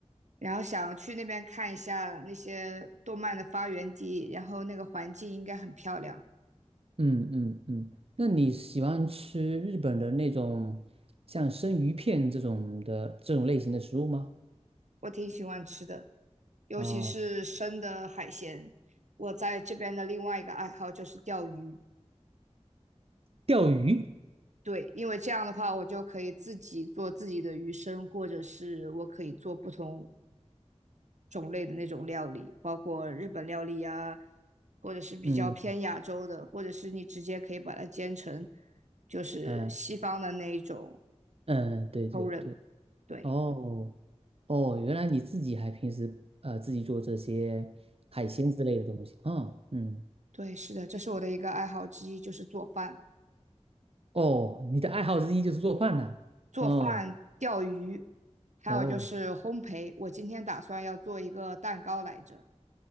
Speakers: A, on the right; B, on the right.
A: 然后想去那边看一下那些动漫的发源地，然后那个环境应该很漂亮，
B: 嗯嗯嗯，那你喜欢吃日本的那种像生鱼片这种的这种类型的食物吗？
A: 我挺喜欢吃的，尤其是生的海鲜。
B: 哦
A: 我在这边的另外一个爱好就是钓鱼，
B: 钓鱼。
A: 对，因为这样的话我就可以自己做自己的鱼生，或者是我可以做不同种类的那种料理，包括日本料理呀，或者是比较偏亚洲的，
B: 嗯
A: 或者是你直接可以把它煎成就是西方的那一种
B: 嗯嗯，对对对，
A: t o r e n 对
B: 哦哦，原来你自己还平时呃自己做这些海鲜之类的东西，嗯嗯，
A: 对，是的，这是我的一个爱好之一，就是做饭、
B: 哦，你的爱好之一就是做饭呐、
A: 做饭、
B: 哦
A: 钓鱼，还有就是烘焙。
B: 哦，
A: 我今天打算要做一个蛋糕来着。